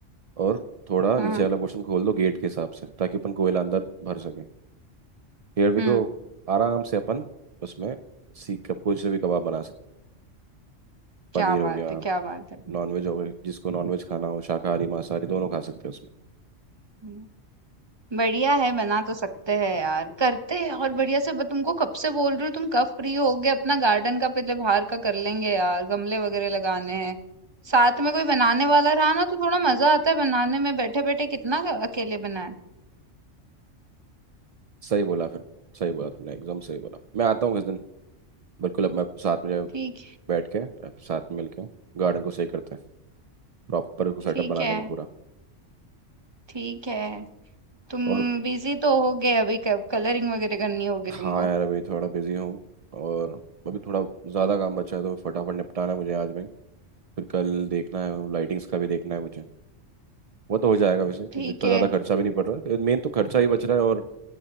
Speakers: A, on the right (about 45°); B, on the right (about 25°).
A: और थोड़ा
B: हाँ,
A: नीचे
B: हाँ।
A: वाला पोर्शन खोल दो गेट के हिसाब से ताकि अपन कोयला अंदर भर सके हियर वी
B: हुँ,
A: गो आराम से अपन उसमें सीख कब कुछ से भी कबाब बना सकते हैं पनीर
B: क्या
A: हो
B: बात
A: गया
B: है, क्या बात है।
A: नॉनवेज हो गया जिसको नॉनवेज खाना हो शाकाहारी मांसाहारी दोनों खा सकते हैं उसमें
B: हम्म, बढ़िया है, बना तो सकते हैं यार। करते हैं और बढ़िया से मैं तुमको कब से बोल रही हूँ, तुम कब फ्री होगे? अपना गार्डन का पहले बाहर का कर लेंगे यार, गमले वगैरह लगाने हैं। साथ में कोई बनाने वाला रहा ना तो थोड़ा मज़ा आता है बनाने में, बैठे-बैठे कितना अकेले बनाएँ।
A: सही बोला फिर सही बोला तुमने एकदम सही बोला मैं आता हूँ किस दिन बिल्कुल अब मैं साथ में जब
B: ठीक
A: बैठ के अब साथ में मिलके गार्डन को सही करते हैं प्रॉपर उसको सेटअप
B: ठीक
A: बना
B: है,
A: देंगे पूरा
B: ठीक है। तुम
A: और
B: बिजी तो होगे अभी कलरिंग वगैरह करनी होगी
A: हाँ
B: तुमको
A: यार अभी थोड़ा बिजी हूँ और अभी थोड़ा ज़्यादा काम बचा है तो फटाफट निपटाना है मुझे आज में ही। फिर कल देखना है लाइटिंग्स का भी देखना है मुझे वो तो हो जाएगा वैसे कि
B: ठीक
A: इतना
B: है
A: ज़्यादा खर्चा भी नहीं पड़ रहा है मेन तो खर्चा ही बच रहा है और